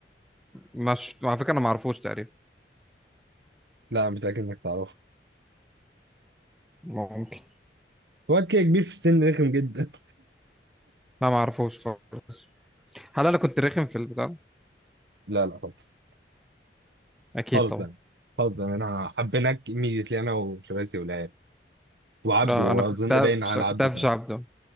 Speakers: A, in the centre; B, on the right.
A: مش على فكرة انا ما اعرفوش تقريبا
B: لا أنا متأكد انك تعرفه
A: ممكن
B: واد كده كبير في السن رخم جدا
A: لا ما اعرفوش خالص هل انا كنت رخم في البتاع ده؟
B: <laughs> لا لا خالص
A: اكيد
B: خالص
A: طبعا
B: بقى خالص بقى انا حبيناك immediately انا وشباسي والعيال وعبده
A: اه
B: واظن
A: انا كنت قافش
B: باين على
A: كنت
B: عبده
A: قافش
B: كمان
A: عبده